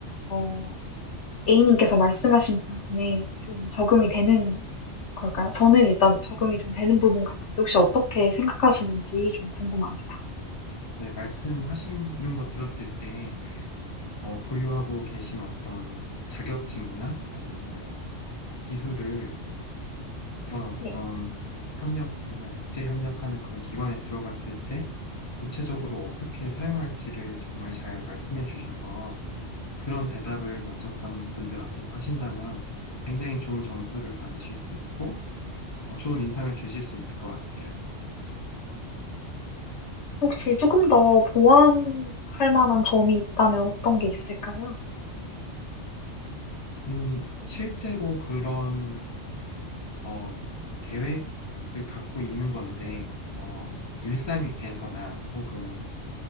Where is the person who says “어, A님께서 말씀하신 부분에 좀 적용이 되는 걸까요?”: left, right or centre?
Left